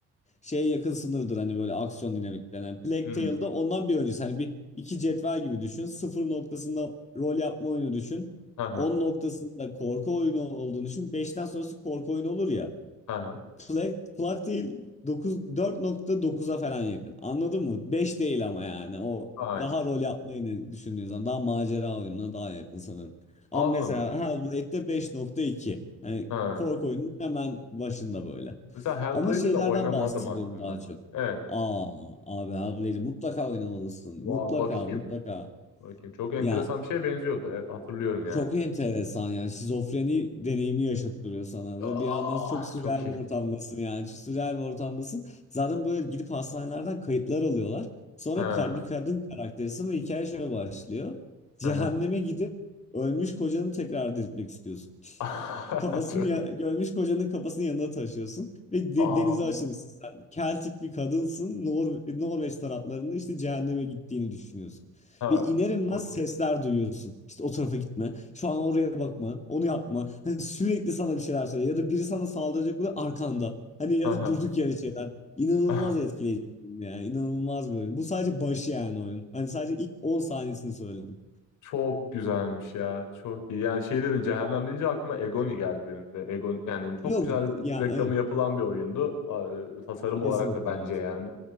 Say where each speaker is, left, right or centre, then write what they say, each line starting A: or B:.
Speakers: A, on the left; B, on the left.
A: şeye yakın sınırdır hani böyle aksiyon dinamiklerinden. Plague
B: Hmm.
A: Tale'da ondan bir öncesi hani bir iki cetvel gibi düşün. Sıfır noktasında rol yapma oyunu düşün.
B: Hı hı.
A: 10 noktasında korku oyunu olduğunu düşün. beşten sonrası korku oyunu olur ya.
B: Hı hı.
A: Plak, plak değil dokuz, dört nokta dokuz'a falan yakın. Anladın mı? beş değil ama yani. O
B: Aynen.
A: daha rol yapmayı ne düşündüğün zaman daha macera oyununa daha yakın sanırım.
B: Anladım.
A: Ama mesela Hellblade'de beş nokta iki Hani
B: Ha.
A: korku oyunun hemen başında böyle.
B: Mesela Hellblade'i
A: Ama şeylerden
B: de oynamadım
A: bahsediyorum
B: aslında.
A: daha çok.
B: Evet.
A: Aa abi Hellblade'i mutlaka oynamalısın.
B: Vay,
A: Mutlaka
B: bakayım.
A: mutlaka.
B: Bakayım. Çok enteresan
A: Ya
B: bir şeye benziyordu. E, hatırlıyorum yani.
A: çok enteresan yani şizofreni deneyimi yaşattırıyor sana
B: Ah,
A: ve bir yandan çok sürreal
B: çok iyi.
A: bir ortamdasın yani çok sürreal bir ortamdasın. Zaten böyle gidip hastanelerden kayıtlar alıyorlar. Sonra
B: Ha,
A: kar- bir kadın karakterisin ve hikaye şöyle başlıyor. Cehenneme
B: hı hı.
A: gidip ölmüş kocanı tekrar diriltmek istiyorsun.
B: <laughs>
A: Kafasını
B: Çok.
A: ya- görmüş kocanın kafasını yanında taşıyorsun ve de-
B: Aa,
A: denize açılmışsın sen. Keltik bir kadınsın. Nor Norveç taraflarında işte cehenneme gittiğini düşünüyorsun.
B: ha,
A: Ve iner inmez
B: okey.
A: sesler duyuyorsun. İşte o tarafa gitme. Şu an oraya bakma. Onu yapma. Hani sürekli sana bir şeyler söylüyor. Ya da biri sana saldıracak oluyor arkanda. Hani ya
B: Hı hı.
A: da durduk yere şeyler. İnanılmaz
B: <laughs>
A: etkileyici bir oyun yani. İnanılmaz bir oyun. Bu sadece başı yani oyun. Hani sadece ilk 10 saniyesini söyledim.
B: Çok güzelmiş ya. Çok iyi. Yani şey dedim cehennem deyince aklıma Egoni geldi benim de. Egon yani çok
A: Yok
B: güzel
A: ya
B: reklamı
A: evet.
B: yapılan bir oyundu. Aa, Tasarım
A: Kesinlikle
B: olarak da bence
A: evet.
B: yani.